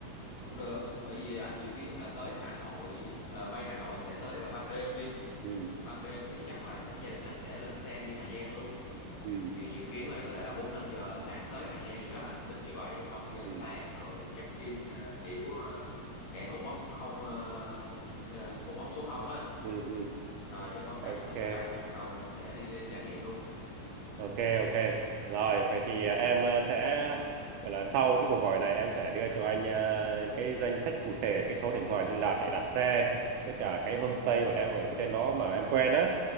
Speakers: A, on the left; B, on the right.
A: cũng được bởi vì anh dự kiến là tới Hà Nội ờ, bay Hà Nội sẽ tới là ban đêm đi
B: ừ
A: ban đêm thì chắc là chắc gia đình anh sẽ lên xe đi Hà Giang luôn
B: ừ
A: thì dự kiến là có thể là 4 5 giờ sáng tới Hà Giang gì đó anh tính như vậy rồi xong đi ăn
B: ừ
A: sáng rồi check in ờ, điểu ờ, ngay cột mốc không ờ, ờ, cột mốc số không á
B: ừ, ừ.
A: Ờ, cho con cái
B: ok
A: chụp hình cái xong bắt đầu mình sẽ đi ờ, trải nghiệm luôn
B: Ok ok. Rồi, vậy thì à, em à, sẽ gọi là sau cái cuộc gọi này em sẽ đưa cho anh à, cái danh sách cụ thể, cái số điện thoại liên lạc để đặt xe với cả cái
A: ừ
B: homestay mà em ở cái trên đó mà em quen á.